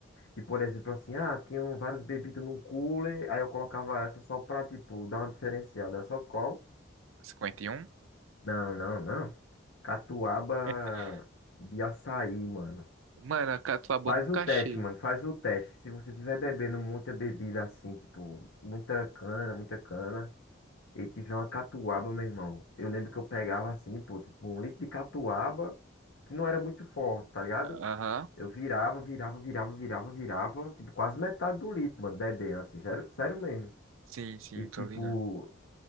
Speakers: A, on the left (about 80°); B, on the right (about 85°).
A: de, por exemplo, assim, ah, tinham várias bebidas num cooler, aí eu colocava essa só pra, tipo, dar uma diferenciada. Era só qual?
B: 51?
A: Não, não, não. Catuaba
B: <laughs>
A: de açaí, mano.
B: Mano, a catuaba
A: Faz
B: eu nunca
A: o teste,
B: achei.
A: mano, faz o teste. Se você tiver bebendo muita bebida assim, tipo, muita cana, muita cana, e tiver uma catuaba, meu irmão. Eu lembro que eu pegava assim, pô, tipo, um litro de catuaba, que não era muito forte, tá ligado?
B: Aham.
A: Eu virava, virava, virava, virava, virava. Tipo, quase metade do litro, mano, bebendo, assim, sério, sério mesmo.
B: Sim, sim,
A: E tipo,
B: tô ligado.